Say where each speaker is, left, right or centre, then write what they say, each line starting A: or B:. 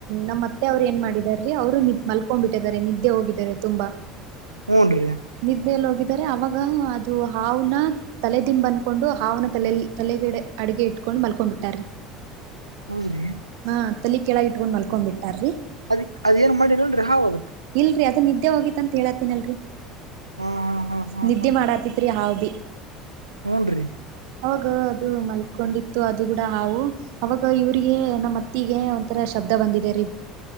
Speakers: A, on the right; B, on the right.
A: ನಮ್ಮ ಅತ್ತೆ ಅವ್ರು ಏನ್ ಮಾಡಿದಾರೀ ಅವರು್ ಮಲ್ಕೊಂಡ್ಬಿಟ್ಟಿದ್ದಾರೆ ನಿದ್ದೆ ಹೋಗಿದ್ದಾರೆ ತುಂಬಾ. <unintelligible>
B: ಹೂ ರಿ
A: ನಿದ್ದೆೆಯಲ್ಲಿ ಹೋಗಿದಿದ್ದಾರೆ ಅವಾಗ ಅದು ಹಾವನ ತಲೆದಿಂಬ ಅಂದಕೊಂಡು ಹಾವನ ತಲೆ ತಲೆಗಡೆ ಅಡಗೆ ಇಟ್ಕೊಂಡ್ ಮಲ್ಕೊ್ಬಿಟ್ಟಾರ..
B: ಹೌದ್ರಿ..
A: ಹಾ ತಲಿ ಕೆಳಾಗಿ ಇಟ್ಕೊಂಡ್ ಮಲ್ಕೊಂಡ್ ಬಿಟ್ಟಾರ್ರಿ..
B: ಅದ ಅದ ಏನ್ ಮಾಡಿಲ್ಲನ್ ರಿ ಹಾವು ಅದಕ್..
A: ಇಲ್ರರಿ ಅದು ನಿದ್ದೆ ಹೋಗಿ ಅಂತ ಹೇಳತ್ತಿನಲ್ರರಿ..
B: ಹಾ ಹಾ ಹಾ ಹಾ
A: ನಿದ್ದೆ ಮಾಡಾತಿತ್ರಿ ಹಾವು ಭಿ.
B: ಹೂ ರೀ.
A: ಅವಾಗ ಅದು ಮಲ್ಕೊಂಡಿತ್ತು. ಅದು ಕೂಡ ಹಾವು ಅವಾಗ ಇವ್ರಿಗೆ ನಮ್ಮ ಅತ್ತಿಗೆ ಒಂಥರ ಶಬ್ದ ಬಂದಿದ ರೀ..